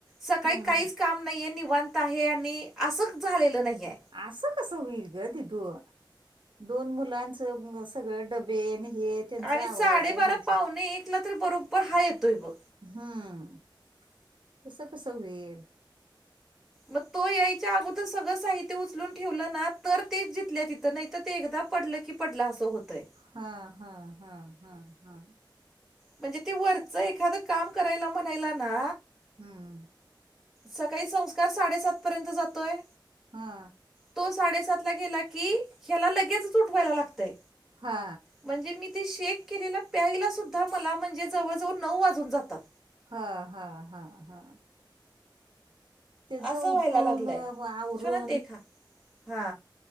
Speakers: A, in the centre; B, on the right.
A: सकाळी
B: हम्म
A: काहीच
B: हम्म
A: काम नाहीये निवांत आहे आणि असंच झालेलं नाहीये.
B: अस कस होईल ग दिदु दोन मुलांचं अ सगळं डबे न हे त्यांचं
A: आणि
B: आवरायचं
A: साडेबारा
B: ह्यांचं
A: पावणे एकला तर बरोबर हा येतोय बघ.
B: हम्म तस कसं होईल
A: मग तो यायच्या अगोदर सगळं साहित्य उचलून ठेवलं ना तर तेच जितल्या तिथं नाही तर ते एकदा पडलं की पडल असं होतंय
B: हा हा हा हा हा
A: म्हणजे ते वरचं एखादं काम करायला म्हणायला ना.
B: हम्म
A: सकाळी संस्कार साडेसात पर्यंत जातोय.
B: हा
A: तो साडेसात ला गेला की ह्याला लगेचच उठवायला लागतय.
B: हा
A: म्हणजे मी ते शेक केलेला प्यायला सुद्धा मला म्हणजे जवळजवळ नऊ वाजून जातात.
B: हा हा हा हा त्याच
A: असं
B: उठून
A: व्हायला लागलंय
B: अ, आवरून
A: शो ना ते खा हा